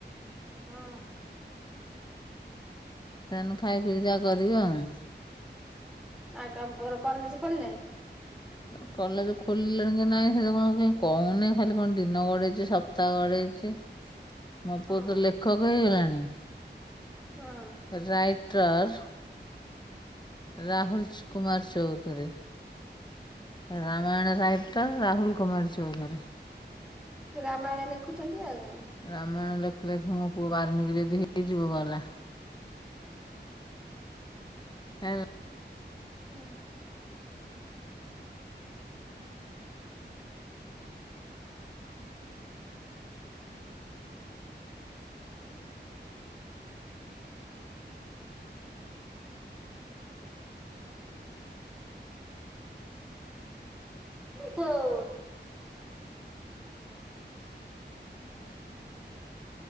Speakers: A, in the centre; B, on the left.
A: ହଁ।
B: ସେମାନେ ଖାଇ ପିଇ ଯାହା କରିବେ ଆଉ।
A: ଆଉ ତମ ପୁଅର କଲେଜ ଖୋଲିଲାଣି?
B: <inaudible> କଲେଜ ଖୋଲିଲେଣି କି ନାହିଁ ସେ ତ କଣ କାଇଁ କହୁନି ଖାଲି କଣ ଦିନ ଗଡ଼େଇଛି ସପ୍ତାହ ଗଡ଼େଇଛି। ମୋ
A: ହଁ
B: ପୁଅ ତ ଲେଖକ ହେଇଗଲାଣି।
A: ହଁ।
B: ରାାଇଟର୍ ରାହୁଲଚ୍ କୁମାର ଚୌଧୁରୀ। ରାମାୟଣ ରାାଇଟର୍ ରାହୁଲ କୁମାର ଚୌଧୁରୀ।
A: ରାମାୟଣ ଲେଖୁଚନ୍ତି ଆଉ।
B: ରାମାୟଣ ଲେଖ ଲେଖି ମୋ ପୁଅ ବାର୍ମୀିକୀ ଯଦି ହେଇଯିବ ଗଲା। ହେଲ୍
A: ହୁଁ। ହଉ।